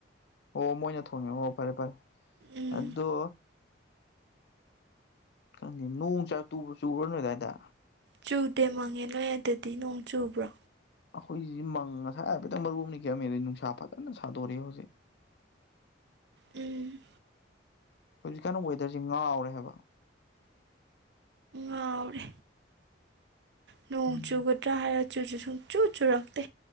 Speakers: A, on the left; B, on the right.
A: ꯑꯣ ꯃꯣꯏꯅ ꯊꯣꯡꯉꯦ ꯑꯣ ꯐꯔꯦ ꯐꯔꯦ
B: ꯎꯝ
A: ꯑꯗꯣ ꯈꯪꯗꯦ ꯅꯣꯡ ꯆꯥꯛ ꯇꯨꯕ꯭ꯔꯣ ꯆꯨꯕ꯭ꯔꯣ ꯅꯣꯏ ꯑꯗꯥꯏꯗ
B: ꯆꯨꯗꯦ ꯃꯪꯉꯦ ꯅꯣꯏ ꯑꯗꯗꯤ ꯅꯣꯡ ꯆꯨꯕ꯭ꯔꯣ
A: ꯑꯈꯣꯏꯁꯤ ꯃꯪ ꯉꯁꯥꯏ ꯍꯥꯏꯐꯦꯠꯇꯪ ꯃꯔꯨ ꯑꯃꯅꯤ ꯈꯤꯛꯑꯝꯃꯦ ꯑꯗꯩ ꯅꯨꯡꯁꯥ ꯐꯖꯅ ꯁꯥꯗꯣꯔꯛꯑꯦ ꯍꯧꯖꯤꯛ
B: ꯎꯝ
A: ꯍꯧꯖꯤꯛꯀꯥꯟꯅ ꯋꯦꯗꯔꯁꯦ ꯉꯥꯎꯔꯦ ꯍꯥꯏꯕ
B: ꯑꯥꯎꯔꯦ ꯅꯣꯡ
A: ꯎꯝ
B: ꯆꯨꯒꯗ꯭ꯔꯥ ꯍꯥꯏꯔꯒ ꯆꯨꯖꯨ ꯁꯨꯡꯆꯨ ꯆꯨꯔꯛꯇꯦ